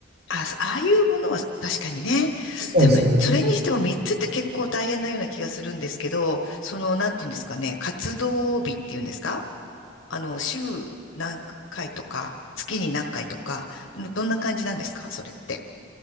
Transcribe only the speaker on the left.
あ、ああいうものは確かにね。
でも、それにしても3つって結構大変なような気がするんですけど、その、なんていうんですかね、活動日っていうんですかあの、週何回とか、月に何回とか、どんな感じなんですかそれって。